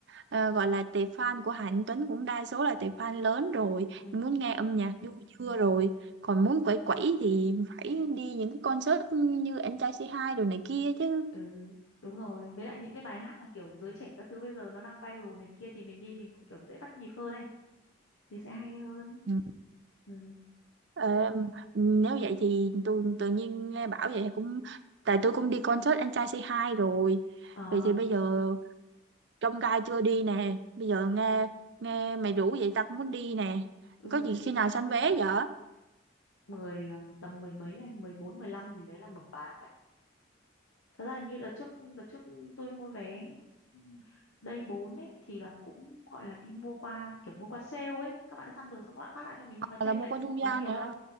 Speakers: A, on the right; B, on the left.
A: ờ, gọi là tệp fan của Hà Anh Tuấn cũng đa số là tệp fan lớn rồi
B: Ừ.
A: muốn nghe âm nhạc du chưa rồi còn muốn quẩy quẩy thì phải đi những cái concert như anh trai c hai rồi này kia chứ
B: ừ, đúng rồi với lại những cái bài hát mà kiểu giới trẻ các thứ bây giờ nó đang viral này kia thì mình đi mình cũng kiểu dễ bắt nhịp hơn ấy thì sẽ hay hơn
A: Ừ.
B: ừ.
A: Ờ, nếu vậy thì tôi tự nhiên nghe bảo vậy cũng tại tôi cũng đi concert anh trai c hai rồi
B: Ờ,
A: vậy thì bây giờ trong gai chưa đi nè bây giờ nghe nghe mày rủ vậy tao cũng muốn đi nè
B: ừ
A: có gì
B: tại vì
A: khi nào sanh vé vậy
B: mười ờ, tầm mười mấy này mười bốn mười lăm gì đấy là mở bán thật ra là như đợt trước đợt trước tôi mua vé ừ, đây 4 ấy thì là cũng gọi là đi mua qua kiểu mua qua sale ấy các bạn đã săn được xong các bạn phát lại cho mình nhưng mà chênh
A: là mua
B: lệch
A: qua
B: cũng
A: trung
B: không quá
A: gian
B: nhiều
A: nè
B: đâu